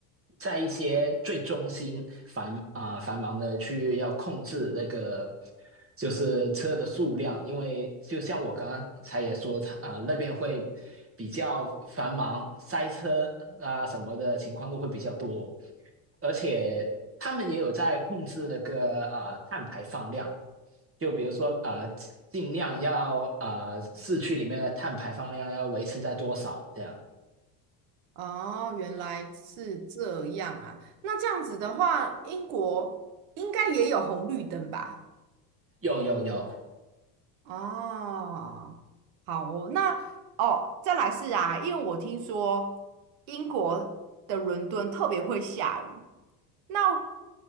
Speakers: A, on the right (about 30°); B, on the right (about 70°).
A: 在一些最中心繁啊、繁忙的区域要控制那个就是车的数量，因为就像我刚刚才也说，它、呃啊那边会比较繁忙，塞车啊什么的情况都会比较多，而且他们也有在控制那个啊、碳排放量。就比如说呃，尽量要呃市区里面的碳排放量要维持在多少这样？
B: 哦，原来是这样啊。那这样子的话，英国应该也有红绿灯吧？
A: 有有有，
B: 哦，好哦，那哦，再来是啊，因为我听说英国的伦敦特别会下雨，那